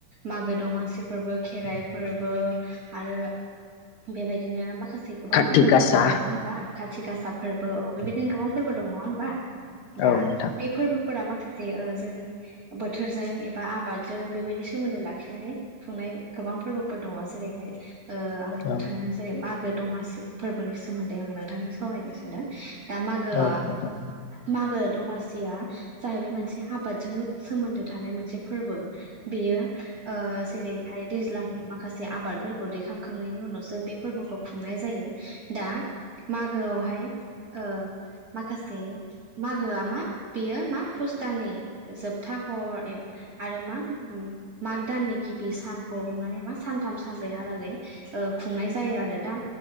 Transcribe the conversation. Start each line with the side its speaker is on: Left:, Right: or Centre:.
Right: मागो दमासि फोरबो, खेराइ फोरबो आरो बेबायदिनो माखा से गोबां
Left: कार्तिक
Right: फोरबोफोरबो
Left: गासा
Right: दङ नङा होनोमबा? खाथिासा फोरबो औ बेबायदिनो गोबां फोरबो दं नङा होमबा? दा
Left: औ नोंथां
Right: बे फोरबोफोरा माखासे ओ जोंनि बोथोरजों एबा आबादजों बेबायदि सोमोन्दो लाखिनानै खुंनाय गोबां फोरबोफोर दङ। जेरैहाय ओ आंङो नोंथांनो
Left: औ
Right: जेरै मा गो दमासि फोरबोनि सोमोन्दै आं नोंथांजों सावरायनो सानदों। दा गोआ
Left: औ नोंथां
Right: मागो दमासिया जाहैबाय मोनसे आबादजों सोमोन्दो थानाय मोनसे फोरबो। बेयो ओ जेरै हाय दैज्लांनि माखासे आबादफोरखौ दैखांखांनायनि उनावसो बे फोरबोखौ खुंनाय जायो। दा मागोआवहाय ओ माखासे मागोआ मा बेयो मा फुस्तानि जोबथा हर ए आरो मा माग दाननि गिबि सानखौ हमनानै मा सानथाम सानब्रैहालागै ओ खुंनाय जायो आरो। दा